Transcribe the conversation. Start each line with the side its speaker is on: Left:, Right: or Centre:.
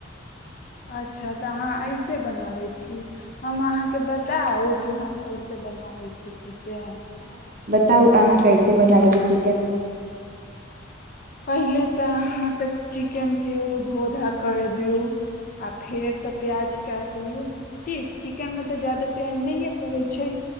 Left: अच्छा तऽ अहाँ ऐसे बनाबे छी हम अहाँके बताउ कि हम कैसे बनाबे छी च केहन
Right: तब अहाँ कैसे बना लेहबी चिकन
Left: पहिले तऽ अहाँ त चिकेन के धोधा कर दियू आ फेर ते प्याज काट लि ठीक चिकेन में ते जादा प्याज नहिये पड़े छै